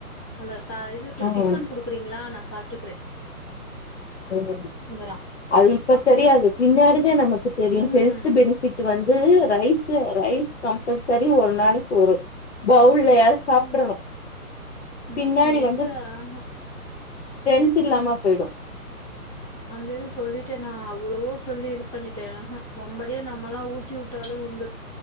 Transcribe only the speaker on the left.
ம்
உம்
அது இப்ப
தெரியாது பின்னாடி தா நமக்கு தெரியும்
ஹெல்த் பெனிஃபிட் வந்து ரைஸ் ரைஸ் கம்பல்சரி ஒரு நாளைக்கு ஒரு பவுல் <unintelligible> சாப்ட்ரணும்
பின்னாடி
வந்து
ஸ்ட்ரென்த் இல்லாம போய்டும்